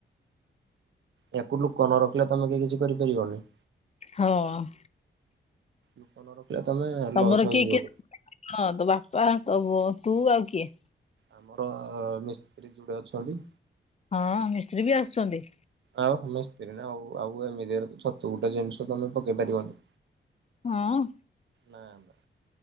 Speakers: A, on the right; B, on the left.
A: ୟାକୁ ଲୋକ ନ ରଖିଲେ ତମେ କେହି କିଛି କରିପାରିବନି।
B: ହଁ।
A: ଲୁକ ନରକ <inaudible> ହେଲେ ତମେ
B: ତମର
A: ଲସ୍ ହେଇଯିବ।
B: କିଏ କିଏ ହଁ ତୋ ବାପା ତୋ ତୁ ଆଉ କିଏ?
A: ଆମର ମିସ୍ତ୍ରୀ ଯୁଡେ ଅଛନ୍ତି।
B: ହଁ ମିସ୍ତ୍ରୀ ବି ଆସୁଛନ୍ତି?
A: ଆଉ ମିସ୍ତ୍ରୀ ନା ଆଉ, ଆଉ ଏମିତିରେ ଛତୁ ଗୋଟେ ଜିନିଷ ତମେ ପକେଇ ପାରିବନି।
B: ହଁ।
A: ନା ନା।